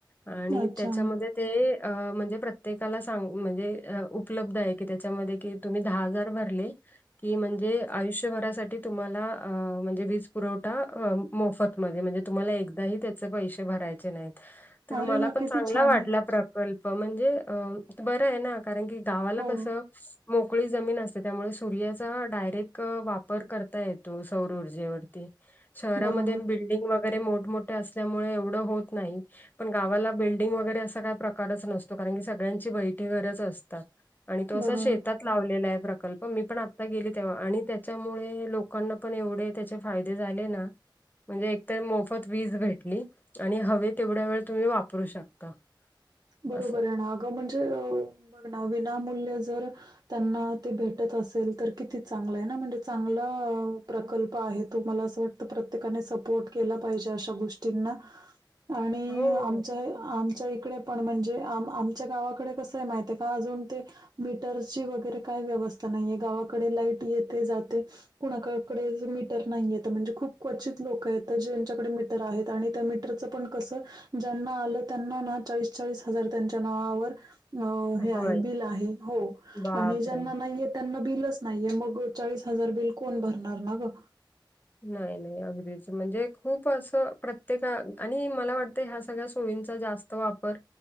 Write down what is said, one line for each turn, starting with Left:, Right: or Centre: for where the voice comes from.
Left: आणि
Right: अच्छा.
Left: त्याच्यामध्ये ते म्हणजे प्रत्येकाला सांग म्हणजे उपलब्ध आहे त्याच्यामध्ये कि तुम्ही दहा हजार भरले कि म्हणजे आयुष्यभरासाठी तुम्हाला म्हणजे वीज पुरवठा मोफत ण तु एक त्या पै भराय नाही तर मला
Right: अरे वाह!
Left: पण
Right: किती
Left: च
Right: छान
Left: वाट
Right: आहे.
Left: कल्प म्हणजे अ बरं आहे ना कारण की गावाला
Right: हो,
Left: कसं मोकळी जमीन असते त्यामुळे सूर्याचा डायरेक्ट वापर करता येतो सौर ऊर्जेवरती शहरामध्ये
Right: बरोबर,
Left: बिल्डिंग वगैरे मोठमोठे असल्यामुळे एवढं होत नाही पण गावाला बिल्डिंग वगैरे असा काही प्रकारच नसतो कारण की सगळ्यांची बैठी घरच असतात. आणि तो असा
Right: बरोबर.
Left: शेतात. लावलेला आहे प्रकल्प मी पण आता गेली तेव्हा आणि त्याच्यामुळे लोकांना पण एवढे त्याच्या फायदे झाले ना म्हणजे एकत मोफत वीज भेटली. आणि हवे तेवढ्या वेळ तुम्ही वापरू शकता.
Right: बरोबर
Left: असं.
Right: आहे ना अगं म्हणजे. बघ ना विनामूल्य जर त्यांना ते भेटत असेल तर किती चांगलं आहे ना म्हणजे. चांगला प्रकल्प आहेत. तु मला असं वाटतं प्रत्येकाने सपोर्ट केला. पाहिजे अशा गोष्टींना. आणि
Left: हो.
Right: आमच्या आमच्या इकडे. पण म्हणजे आम आमच्या गावाकडे कसं आहे माहित आहे का? अजून ते. मीटरसची वगैरे काय व्यवस्था नाहीये गावाकडे लाईट येते जाते. कुणाकडे मीटर नाही येत म्हणजे खूप क्वचित लोक आहेत ज्यांच्याकडे क्वचित लोकांकडे मीटर आहे आणि त्या मीटरचाही कसं ज्यांना आलं त्यांना चाळीस हजार त्यांच्या नावावर. अ
Left: अगं
Right: हे आहे
Left: बाई
Right: बिल आहे हो
Left: बापरे.
Right: आणि ज्यांना नाहीयेत. त्यांना बिलच नाहीये मग चाळीस हजार बिल कोण भरणार ना ग.
Left: नाही नाही अगदीच म्हणजे खूप असं प्रत्येका आणि मला वाटतं ह्या सगळ्या सोयींचा जास्त त वापर.